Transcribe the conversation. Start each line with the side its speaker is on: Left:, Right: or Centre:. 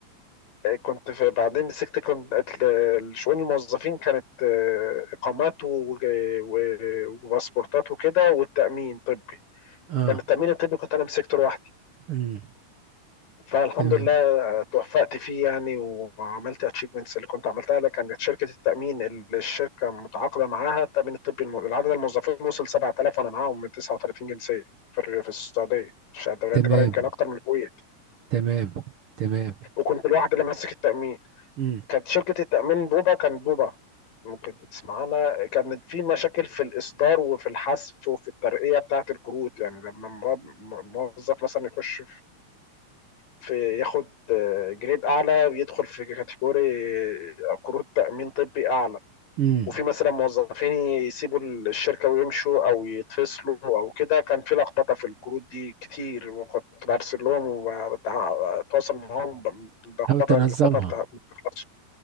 Left: كنت في بعدين مسكت كنت ال- شؤون الموظفين كانت آه، إقامات و- و- وباسبورتات وكده والتأمين طبي
Right: اه
Left: كان التأمين الطبي كنت أنا مسكته لوحدي
Right: امم
Left: فالحمد
Right: تمام
Left: لله توفقت فيه يعني وعملت اتشيفمنتس اللي كنت عملتها لك كانت شركه التامين اللي الشركه متعاقده معاها التامين الطبي الم... العدد الموظفين وصل 7000 وانا معاهم من 39 جنسيه في في السعوديه شهادة الدوليه
Right: تمام
Left: التجاريه يمكن اكتر من الكويت
Right: تمام تمام
Left: وكنت الواحد اللي ماسك التامين
Right: امم
Left: كانت شركه التامين بوبا كانت بوبا ممكن تسمعنا كانت في مشاكل في الإصدار وفي الحذف وفي الترقية بتاعة الكروت يعني لما مراد- موظف مثلا يخش في ياخد آه، جريد اعلى بيدخل في كاتيجوري آه، كروت تامين طبي اعلى
Right: امم
Left: وفي مثلا موظفين يسيبوا الشركه ويمشوا او يتفصلوا او كده كان في لخبطه في الكروت دي كتير وكنت برسل لهم وبتواصل معاهم بلخبطه
Right: حاول تنظمها
Left: اللخبطه بتاع- ما بتخلصش